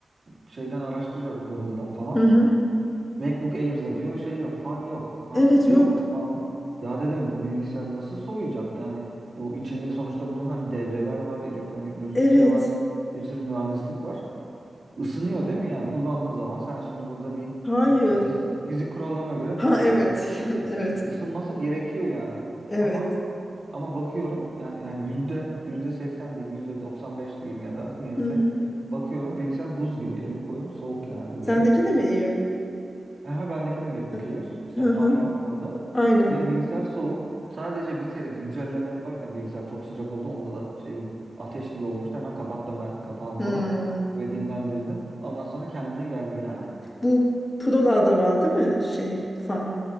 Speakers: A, on the right; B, on the left.
A: şeyden araştırıyorum Google'dan falan.
B: Hı hı.
A: MacBook Air'da diyor şey yok, fan yok. Fan
B: Evet
A: sesi
B: yok.
A: yok ya, fan yok. Ya dedim bu bilgisayar nasıl soğuyacak? Yani bu içinde sonuçta bunun hani devreler var, elektronik bir sürü
B: Evet.
A: şey var, bir sürü mühendislik var. Isınıyor değil mi? Yani kullandığın zaman sen şimdi burada bir
B: Hayır.
A: e, fizik, fizik kurallarına göre
B: Ha
A: hayır
B: evet.
A: değil.
B: <laughs> Evet.
A: Isınması gerekiyor yani.
B: Evet.
A: Ama ama bakıyorum yani yani yüzde yüzde 80 diyeyim, yüzde 95 diyeyim ya da <laughs> neyse.
B: Hı hı.
A: Bakıyorum bilgisayar buz gibi. Elimi koyuyorum soğuk yani böyle.
B: Sendeki de mi iyi?
A: Aha, bendeki de MacBook
B: Hı
A: Air. İşte
B: hı.
A: fan
B: hı.
A: yok bunda.
B: Aynen.
A: Ve bilgisayar soğuk. Sadece bir kere güncelleme yaparken bilgisayar çok sıcak oldu. Onda da şey gibi ateş gibi olmuştu. Hemen kapattım ben kapağını
B: Hı.
A: falan. Ve dinlendirdim. Ondan sonra kendine geldi yani.
B: Bu Pro'larda var değil mi şey fan?